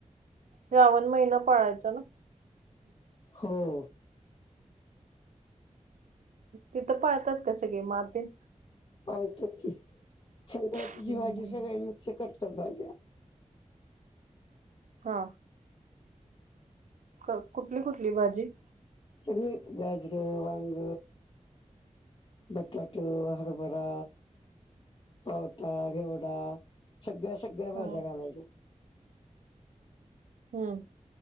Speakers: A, on the right; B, on the left.
A: श्रावन महिना पाळायचा ना.
B: हो,
A: तिथं पाळतात कसं गे मासे.
B: पाळतात की संक्रांतीची
A: हम्म
B: भाजी
A: हम्म
B: सगळ्यांना. असं करतो भाजी.
A: हा, कुठली कुठली भाजी.
B: सगळंच गाजरं वांग. बटाटू हरबरा. पावटा घेवडा सगळ्या सगळ्या मज्या
A: हा
B: घालायच्या.
A: हम्म.